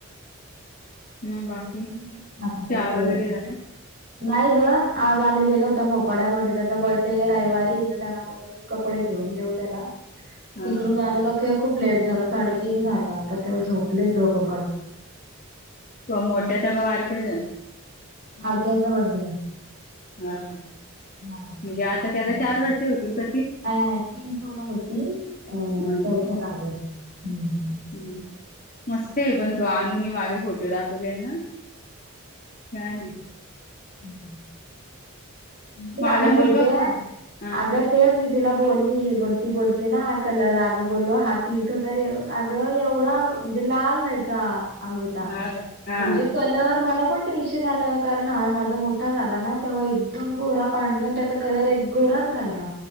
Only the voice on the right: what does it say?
मला पण तिथेच
<unintelligible> नाही ग आज आम्ही गेलो होतो मोपाड्यामध्ये त्याचा बड्डे आहे रविवारी तर त्यांना कपडे घेऊन येऊ त्याला
तिकडून आलं तर खे खूप लेट झालं साडेतीन झालं आता ते झोपलेत दोघं पण
बारक्याचा बड्डे आहे
हा
नाही नाही तीन पूर्ण होतील अ
चौथं लागेल हम्
<unintelligible> मी
लाडो बोलतेय
अग तेच मी तिला बोलली, बोलती बोलती ना कलर अगं बोललो हा तीर्थ तर अग एवढा म्हणजे लाल व्हायचा अमृता
म्हणजे कलर मला पण टेन्शन आलं कारण हा माझा मोठा झाला ना तेव्हा ए एकदम गोरा पाण ग नं त्याचा कलर एक गोराच राहिला